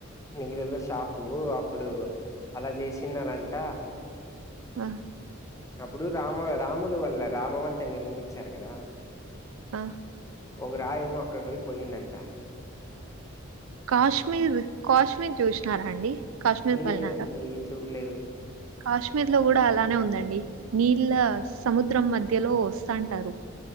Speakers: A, on the left; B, on the right.
A: నీళ్లలో షాపు అప్పుడు అలా చేసినరంట
B: ఆ
A: అప్పుడు రామ రాములు వల్ల రామవంత నిర్మించారు కదా
B: ఆ
A: ఒక రాయి ఏమో అక్కడ పోయి పోయిందంట
B: కాశ్మీర్ కాశ్మీర్ చూసినారా అండి కాశ్మీర్కి
A: లేదండి
B: వెళ్ళినరా
A: చూడలేదు
B: కాశ్మీర్ లో కూడా అలానే ఉందండి నీళ్ళ సముద్రం మధ్యలో వస్తాంటారు